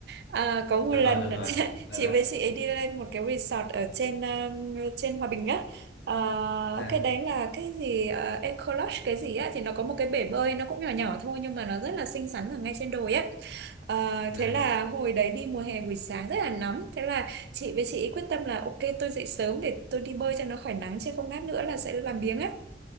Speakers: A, on the right; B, on the left.
A: À, có một
B: được
A: lần
B: rồi được rồi
A: <laughs>
B: dạ
A: chị
B: dạ
A: với chị ấy đi lên một cái resort ở trên um, trên Hòa Bình á. À,
B: dạ
A: cái đấy là cái gì uh, Eco Lodge cái gì á thì nó có một cái bể bơi nó cũng nhỏ nhỏ thôi nhưng mà nó rất là xinh xắn ở ngay trên đồi á. À,
B: dạ
A: thế là hồi đấy đi mùa hè buổi sáng rất là nóng thế là chị với chị ấy quyết tâm là ok tôi dậy sớm để tôi đi bơi cho nó khỏi nắng chứ không lát nữa là sẽ làm biếng á